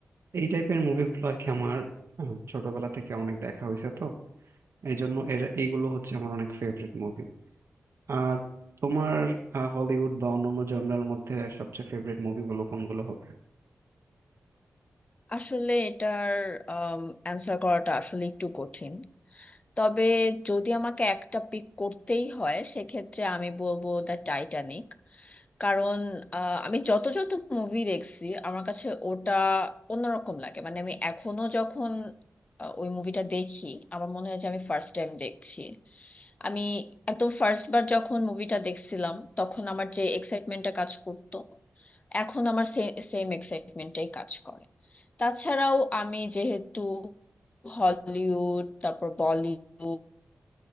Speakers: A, on the right (about 65°); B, on the left (about 30°).
A: এই টাইপের মুভিগুলো আর কি আমার আহ, ছোটবেলা থেকে অনেক দেখা হয়েছে তো এই জন্য এর এইগুলো হচ্ছে আমার অনেক ফেভারিট মুভি আর তোমার আহ, হলিউড বা অন্যান্য জনরার মধ্যে সবচেয়ে ফেভারিট মুভিগুলো কোনগুলো হবে
B: আসলে এটার অ্যান্সার করাটা আসলে একটু কঠিন তবে যদি আমাকে একটা পিক করতেই হয় সেক্ষেত্রে আমি বলবো দ্য টাইটানিক কারণ আহ, আমি যত যত মুভি দেখছি আমার কাছে ওটা অন্যরকম লাগে মানে আমি এখনো যখন আহ, ওই মুভিটা দেখি আমার মনে হয় যে আমি ফার্স্ট টাইম দেখছি আমি একদম ফার্স্ট বার যখন মুভিটা দেখছিলাম তখন আমার যে এক্সাইটমেন্টটা কাজ করতো এখন আমার সেম এক্সাইটমেন্টটাই কাজ করে তাছাড়াও আমি যেহেতু হলিউড তারপর বলিউড